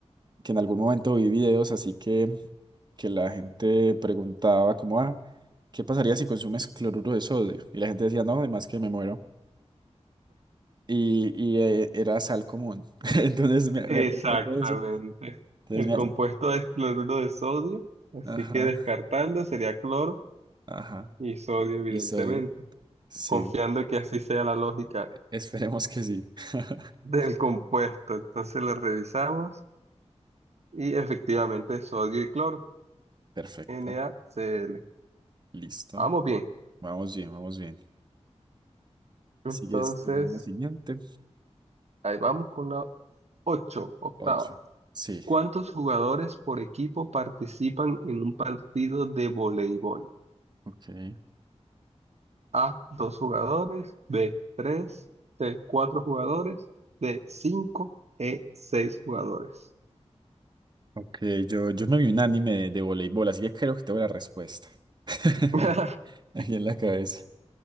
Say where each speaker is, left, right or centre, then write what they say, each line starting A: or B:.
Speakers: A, on the right; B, on the right.
A: que en algún momento vi videos así que, que la gente preguntaba como, ah, ¿qué pasaría si consumes cloruro de sodio? Y la gente decía, no, además que me muero. Y, y, eh, era sal común. <laughs> Entonces me,
B: Exactamente.
A: me acuerdo un poco de eso. Entonces
B: El compuesto
A: me...
B: es cloruro de sodio, así
A: Ajá,
B: que descartando sería cloro
A: ajá.
B: y sodio, evidentemente,
A: Y sodio. Sí,
B: confiando que así sea la lógica
A: esperemos que sí. <laughs>
B: del compuesto. Entonces lo revisamos y efectivamente es sodio y cloro,
A: Perfecto,
B: NaCl.
A: listo.
B: Vamos bien.
A: Vamos bien, vamos bien.
B: Entonces,
A: Sigues tú en la siguiente.
B: ahí vamos con la 8 octava.
A: Ocho. Sí,
B: ¿Cuántos jugadores por equipo participan en un partido de voleibol?
A: ok.
B: A, dos jugadores, B, tres, C, cuatro jugadores, D, cinco, E, seis jugadores.
A: Ok, yo, yo me vi un anime de, de voleibol, así que creo que tengo la respuesta. <laughs>
B: <laughs>
A: Aquí en la cabeza.